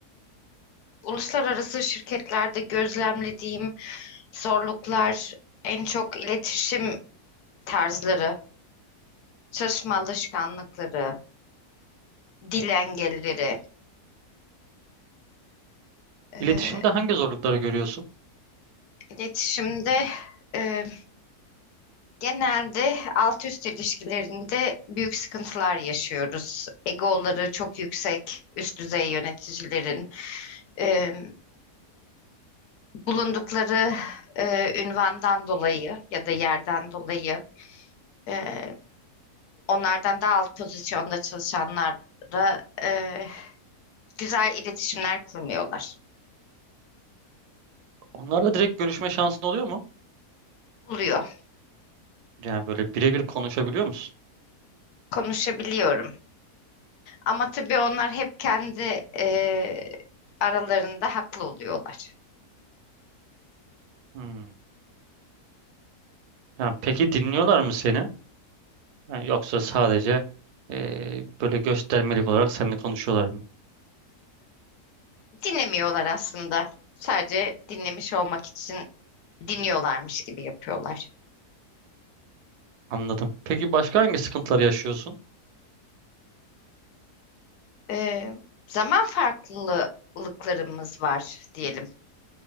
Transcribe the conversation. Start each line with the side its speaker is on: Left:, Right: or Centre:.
Left: uluslararası şirketlerde gözlemlediğim zorluklar en çok iletişim tarzları, çalışma alışkanlıkları, dil engelleri. Ee,
Right: İletişimde hangi zorlukları görüyorsun?
Left: iletişimde e, genelde alt üst ilişkilerinde büyük sıkıntılar yaşıyoruz. Egoları çok yüksek, üst düzey yöneticilerin. Ee, bulundukları e, ünvandan dolayı ya da yerden dolayı e, onlardan daha alt pozisyonda çalışanlara e, güzel iletişimler kurmuyorlar.
Right: Onlarla direkt görüşme şansın oluyor mu?
Left: Oluyor.
Right: Yani böyle birebir konuşabiliyor musun?
Left: Konuşabiliyorum. Ama tabii onlar hep kendi e, aralarında haklı oluyorlar.
Right: Hmm. Yani peki dinliyorlar mı seni? Yani yoksa sadece eee, böyle göstermelik olarak seninle konuşuyorlar mı?
Left: Dinlemiyorlar aslında. Sadece dinlemiş olmak için dinliyorlarmış gibi yapıyorlar.
Right: Anladım. Peki başka hangi sıkıntılar yaşıyorsun?
Left: E, zaman farklılıklarımız var diyelim.